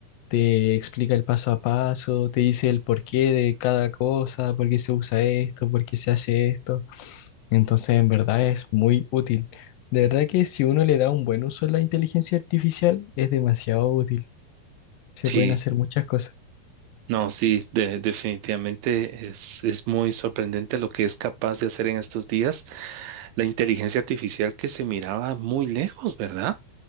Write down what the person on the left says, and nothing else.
te explica el paso a paso, te dice el porqué de cada cosa, por qué se usa esto, por qué se hace esto. Entonces, en verdad es muy útil. De verdad que si uno le da un buen uso a la inteligencia artificial, es demasiado útil. Se
pueden hacer muchas cosas.